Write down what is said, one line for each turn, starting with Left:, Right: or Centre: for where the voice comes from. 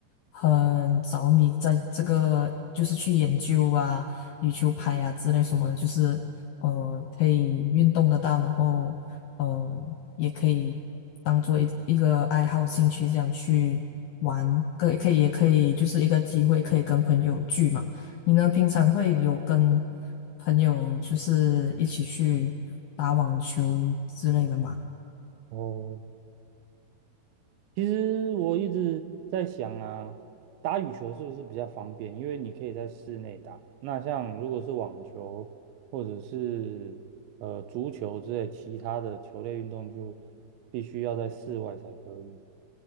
Left: 很着迷在这个，就是去研究啊羽球拍啊之类什么的，就是呃可以运动得到，然后呃也可以当做一一个爱好兴趣这样去玩，可以可以也可以就是一个机会可以跟朋友聚嘛。你呢，平常会有跟朋友就是一起去打网球之类的吗？
Right: 哦，其实我一直在想啊，打羽球是不是比较方便？因为你可以在室内打。那像如果是网球或者是呃足球之类其他的球类运动，就必须要在室外才可以。